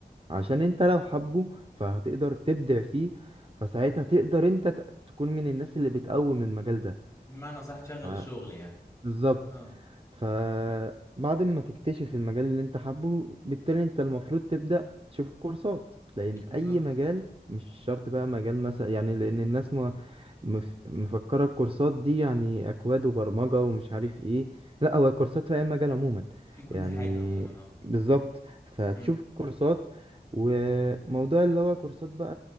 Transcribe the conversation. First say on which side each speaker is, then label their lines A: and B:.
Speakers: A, on the right; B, on the left.
A: عشان انت لو حابه فهتقدر تبدع فيه فساعتها تقدر انت ت- تكون من الناس اللي بتقوم المجال
B: بمعنى صح تشغل
A: ده
B: الشغل يعني
A: بالظبط
B: اه
A: فبعد ما تكتشف المجال اللي انت حابه بالتالي انت المفروض تبدأ تشوف كورسات لأن
B: بالظبط
A: أي مجال مش شرط بقى مجال مثلا يعني لأن الناس ما مف... مفكرة الكورسات دي يعني أكواد وبرمجة ومش عارف ايه لا هو كورسات في أي مجال عموما
B: في كل
A: يعني
B: حاجة عموما اه
A: بالظبط فتشوف
B: امم
A: كورسات وموضوع اللي هو كورسات بقى